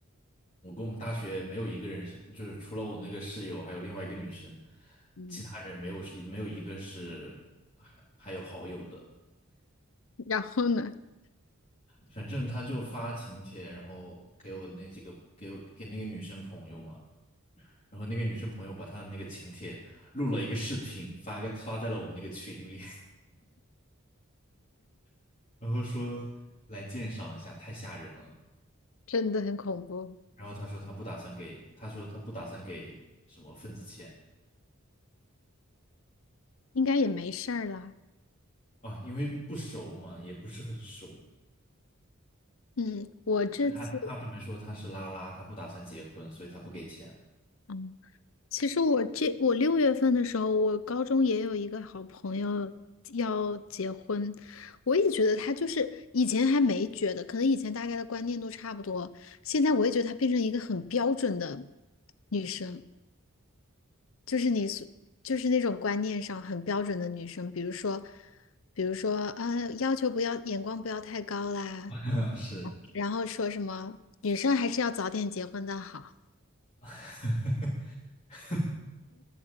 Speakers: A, on the left (about 35°); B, on the left (about 70°).
A: 我跟我们大学没有一个人是，就是除了我那个室友，还有另外一个女生，
B: 嗯，
A: 其他人没有是没有一个是还还有好友的。
B: 然后呢？<laughs>
A: 反正他就发请帖，然后给我那几个给我给那个女生朋友嘛，然后那个女生朋友把她的那个请帖录了一个视频，发个发在了我们那个群里，<laughs> 然后说来鉴赏一下，太吓人了。
B: 真的很恐怖，
A: 然后他说他不打算给，他说他不打算给什么份子钱
B: 应该也没事儿啦。
A: 啊，因为不熟嘛，也不是很熟。
B: 嗯，我这次，
A: 他他准备说他是拉拉，他不打算结婚，所以他不给钱了。
B: 嗯。其实我这我六月份的时候，我高中也有一个好朋友要结婚，我也觉得她就是以前还没觉得，可能以前大概的观念都差不多，现在我也觉得她变成一个很标准的女生，就是你所就是那种观念上很标准的女生，比如说，比如说啊，要求不要眼光不要太高啦，
A: <laughs> 是，
B: 然后说什么女生还是要早点结婚的好，
A: <laughs>